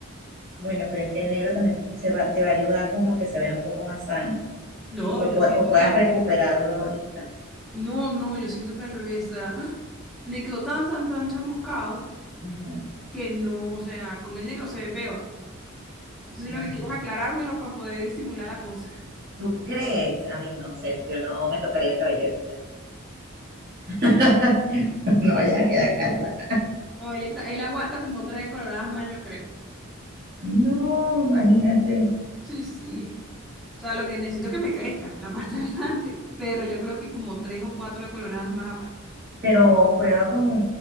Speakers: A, on the right; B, in the centre.
A: Bueno, pero es que el negro también se va, te va a ayudar como que se vea un poco más sano
B: No,
A: y- o,
B: yo
A: pue-
B: siento
A: o puedas
B: que al
A: recuperarlo
B: revés.
A: ahorita.
B: No, no, yo siento que al revés. o sea, <gasps> ¡ah! me quedó tan, tan, tan chamuscado
A: Ujú.
B: que no, o sea, con el negro se ve peor. Entonces
A: Ay,
B: lo que quiero
A: Dios.
B: es aclarármelo para poder disimular la cosa.
A: ¿Tú crees? Ay, no sé, yo no me tocaría el cabello ahorita. <laughs> No vayas a quedar calva.
B: No, él, está- él aguanta como tres coloradas más, yo creo.
A: No, imagínate.
B: Sí, sí. O sea, lo que necesito es que me crezca la parte de adelante, pero yo creo que como tres o cuatro de coloradas más aguanta.
A: Pero prueba con